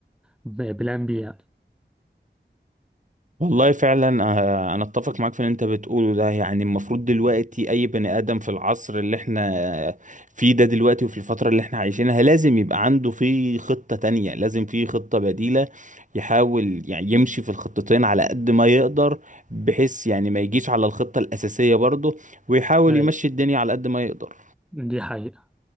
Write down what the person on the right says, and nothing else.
والله فعلا آه، انا اتفق معاك في اللي انت بتقوله ده يعني المفروض دلوقتي اي بني ادم في العصر اللي احنا فيه ده دلوقتي وفي الفترة اللي احنا عايشينها لازم يبقى عنده في خطة تانية لازم في خطة بديلة يحاول يعني يمشي في الخطتين على قد ما يقدر بحيث يعني ما يجيش على الخطة الأساسية برضه ويحاول
يمشي الدنيا على قد ما يقدر